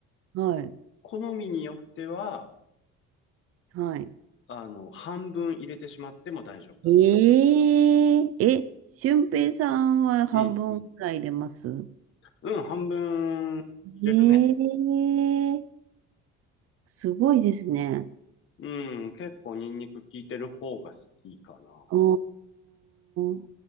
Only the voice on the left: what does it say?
好みによっては、
あの、半分入れてしまっても大丈夫だと思
う。うん、うん。うん、半分入れるね。
うん、結構ニンニク効いてる方が好きかな。